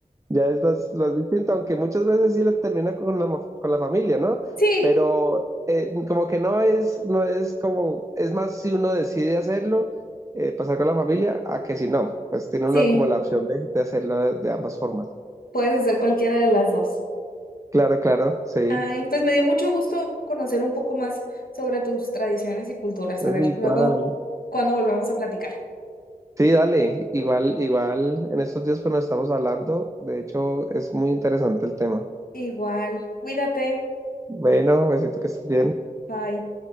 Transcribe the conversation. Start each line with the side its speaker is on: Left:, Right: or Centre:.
Right: Ya es más, más distinto, aunque muchas veces sí la termina con la, mo- con la familia, ¿no?
Left: Sí,
Right: Pero eh, como que no es, no es como, es más si uno decide hacerlo, eh, pasar con la familia, a que si no, pues tiene uno
Left: Sí,
Right: como la opción de, de hacerlo de, de ambas formas.
Left: puedes hacer cualquiera de las dos.
Right: Claro, claro, sí.
Left: Ay, pues me dio mucho gusto conocer un poco más sobre tus tradiciones y culturas.
Right: Oye,
Left: A ver,
Right: igual.
Left: luego, cuando volvemos a platicar.
Right: Sí, dale, igual, igual, en estos días pues nos estamos hablando, de hecho es muy interesante el tema.
Left: Igual, cuídate.
Right: Bueno, besito que estés bien.
Left: Bye.